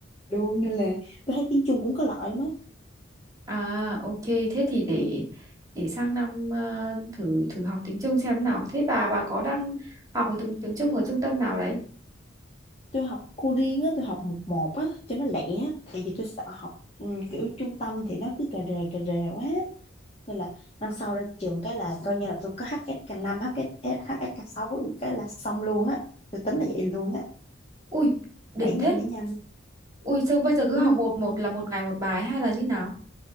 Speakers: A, on the left; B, on the right.
A: luôn nên là tôi thấy tiếng Trung cũng có lợi lắm á
B: à ok thế thì để để sang năm ờ, thử thử học tiếng Trung xem nào thế bà bà có đang học ở tiếng tiếng Trung ở trung tâm nào đấy
A: tôi học cô riêng á tôi học một một á cho nó lẻ tại vì tôi sợ học ừ, kiểu trung tâm thì nó cứ cà rề cà rề quá nên là năm sau ra trường cái là coi như là tôi có HSK5 HSK 5 hsk hsk sáu cái là xong luôn á tôi tính là vậy luôn á
B: ui đỉnh
A: đẩy nhanh
B: thế
A: đẩy nhanh
B: Ui sao bây giờ cứ
A: ừ.
B: học một một là một ngày một bài hay là như nào?